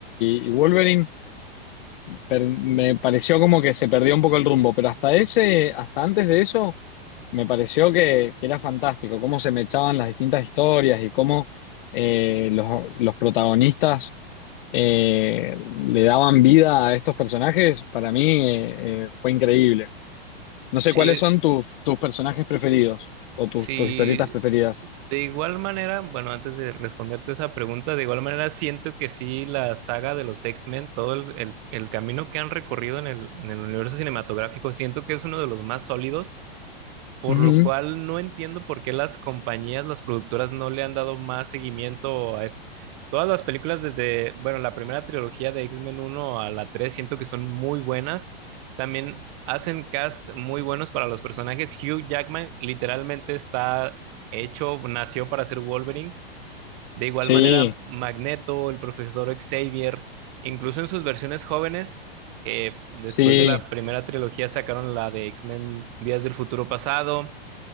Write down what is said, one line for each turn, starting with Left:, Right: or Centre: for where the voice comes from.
Left: y y Wolverine per- me pareció como que se perdió un poco el rumbo, pero hasta ese, hasta antes de eso, me pareció que, que era fantástico, cómo se me echaban las distintas historias y cómo eh, los, los protagonistas eh, le daban vida a estos personajes, para mí eh, eh, fue increíble. No sé
Right: Sí,
Left: cuáles son tus, tus personajes preferidos o tus,
Right: sí,
Left: tus historietas preferidas.
Right: de igual manera, bueno, antes de responderte esa pregunta, de igual manera siento que sí, la saga de los X-Men, todo el, el- el camino que han recorrido en el, en el universo cinematográfico, siento que es uno de los más sólidos por
Left: Ujú.
Right: lo cual no entiendo por qué las compañías, las productoras no le han dado más seguimiento a es- Todas las películas desde, bueno, la primera trilogía de X-Men uno a la 3 siento que son muy buenas. También hacen cast muy buenos para los personajes. Hugh Jackman literalmente está hecho, nació para ser Wolverine. De igual
Left: Sí,
Right: manera, Magneto, el profesor Xavier, incluso en sus versiones jóvenes, que después
Left: sí,
Right: de la primera trilogía sacaron la de X-Men Días del Futuro Pasado